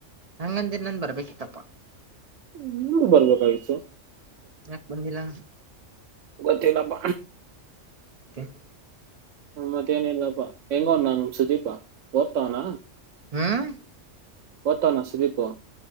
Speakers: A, on the right; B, on the right.
A: ಹಂಗಂದಿರ್ ನಂದ್ ಬರ್ಬೇಕಿತ್ತಪ್ಪ
B: <unintelligible> ಬರ್ಬೆಕಗಿತ್ತು
A: ಯಾಕ್ ಬಂದಿಲ್ಲ
B: ಗೊತ್ತಿಲ್ಲಪ್ಪ
A: <unintelligible>
B: ಹ್ಮ ಮತ್ತೇನ್ ಇಲ್ಲಪ್ಪಾ ಹೆಂಗವ್ನ ನಮ್ ಸುದೀಪಾ ಓದ್ತಾವ್ನ
A: ಹ್ಮ್
B: ಓದ್ತೋವ್ನಾ ಸುದೀಪು